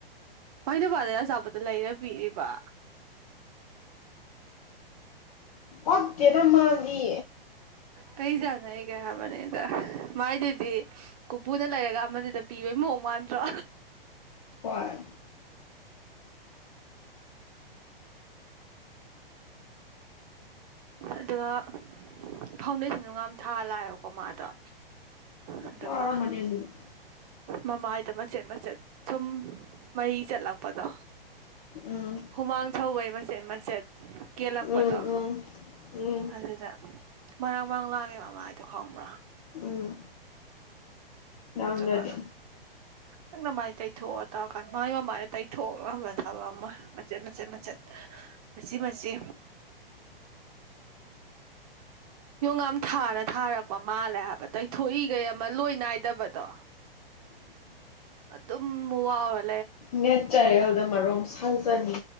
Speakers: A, on the right (about 40°); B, on the left (about 40°).
A: ꯃꯥꯏ ꯅꯨꯄꯥꯗ ꯑꯆꯥꯄꯣꯠꯇꯣ ꯂꯩꯔ ꯄꯤꯔꯛꯏꯕ
B: ꯄꯛꯇꯦꯅ ꯃꯗꯤ
A: ꯀꯩ ꯆꯥꯟꯅꯔꯤꯒꯦ ꯍꯥꯏꯕꯅꯤꯗ ꯃꯥꯏꯗꯨꯗꯤ ꯀꯞꯄꯨꯅ ꯂꯩꯔꯒ ꯑꯃꯗꯨꯗ ꯄꯤꯕꯩ ꯃꯑꯣꯡ ꯃꯥꯟꯗ꯭ꯔꯣ
B: ꯍꯣꯏ
A: ꯑꯗꯨꯒ ꯐꯥꯎꯟꯗꯦꯁꯟꯁꯨ ꯌꯥꯝ ꯊꯥꯔ ꯂꯥꯛꯑꯦꯕꯀꯣ ꯃꯗꯣ ꯑꯗꯨꯒ
B: ꯋꯥꯔꯝꯃꯅꯤ ꯑꯗꯨꯗꯤ
A: ꯃꯃꯥꯏꯗ ꯃꯆꯦꯠ ꯃꯆꯦꯠ ꯁꯨꯝ ꯃꯩꯏ ꯆꯠꯂꯛꯄꯗꯣ
B: ꯎꯝ
A: ꯍꯨꯃꯥꯡ ꯁꯧꯕꯩ ꯃꯆꯦꯠ ꯃꯆꯦꯠ ꯀꯦꯜꯂꯛꯄꯗꯣ
B: ꯎꯝ ꯎꯝ ꯎꯝ
A: ꯑꯗꯨꯗ ꯃꯔꯥꯡ ꯃꯔꯥꯡ ꯂꯥꯡꯉꯦꯕ ꯃꯥꯗꯣ ꯈꯪꯕ꯭ꯔꯥ
B: ꯎꯝ ꯉꯥꯡꯅꯗꯦ
A: ꯑꯗꯨꯒ ꯅꯪꯅ ꯃꯥꯏ ꯇꯩꯊꯣꯛꯑ ꯇꯧꯔꯀꯥꯟꯗ ꯃꯥꯒꯤ ꯃꯃꯥꯏꯗ ꯇꯩꯊꯣꯛ ꯉꯝꯕ ꯊꯕꯛ ꯑꯃꯣꯏ ꯃꯆꯦꯠ ꯃꯆꯦꯠ ꯃꯆꯦꯠ ꯃꯆꯤ ꯃꯆꯤ ꯌꯣꯡ ꯌꯝ ꯊꯥꯅ ꯊꯥꯔꯛꯄ ꯃꯥꯜꯂꯦ ꯍꯥꯏꯕ ꯊꯣꯛꯏꯈꯩ ꯑꯃ ꯂꯣꯏ ꯅꯥꯏꯗꯕꯗꯣ ꯑꯗꯨꯝ ꯋꯥꯎꯔꯅꯤ
B: ꯅꯦꯠꯇꯔꯗ ꯃꯔꯣꯡ ꯁꯥꯟꯖꯥꯅꯤ